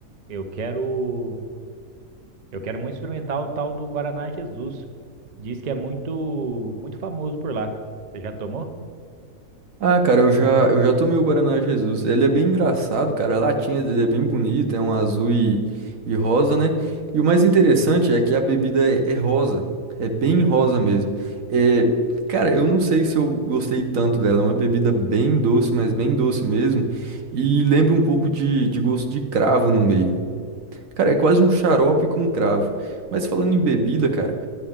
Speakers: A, on the right; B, on the right.
A: eu quero, eu quero muito experimentar o tal do Guaraná Jesus. Diz que é muito, muito famoso por lá. Você já tomou?
B: Ah, cara, eu já, eu já tomei o Guaraná Jesus. Ele é bem engraçado, cara. A latinha dele é bem bonita, é um azul e, e rosa, né? E o mais interessante é que a bebida é, é rosa. É bem rosa mesmo. É, cara, eu não sei se eu gostei tanto dela. É uma bebida bem doce, mas bem doce mesmo. E lembra um pouco de, de gosto de cravo no meio. Cara, é quase um xarope com cravo. Mas falando em bebida, cara.